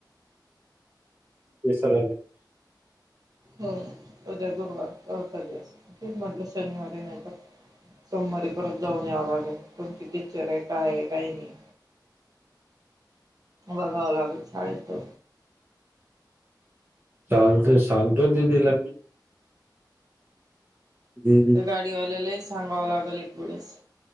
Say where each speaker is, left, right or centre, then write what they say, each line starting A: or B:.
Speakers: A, on the right (about 30°); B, on the right (about 50°).
A: तेसर
B: हो उद्या गुरुवार चढथ दिवस ते म्हटलं शनिवारी नाही तर समारी परत जाऊन यावं लागेल तुमची टी्चर आहे कायय काही नाही
A: नाहि
B: बागावां लागत शाडेेतो
A: चालत सांगतो दिीदीला मी दीदी
B: त्या गाडीवाल्यालाही सांगावं लागेल एक वेळेस